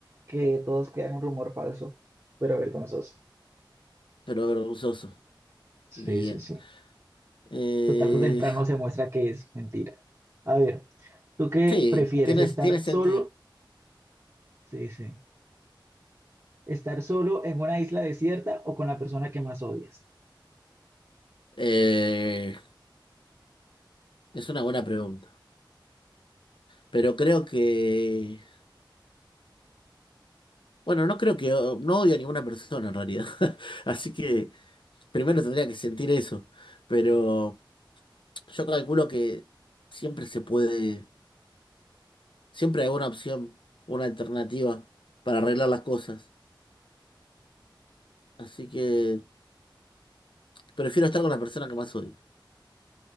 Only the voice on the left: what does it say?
Pero vergonzoso.
Bien.
Eh,
sí,
tiene,
tiene sentido.
Eh, es una buena pregunta. Pero creo que... Bueno, no creo que... No odio a ninguna persona en realidad. <laughs> Así que primero tendría que sentir eso. Pero yo calculo que siempre se puede Siempre hay una opción, una alternativa para arreglar las cosas. Así que prefiero estar con la persona que más odio.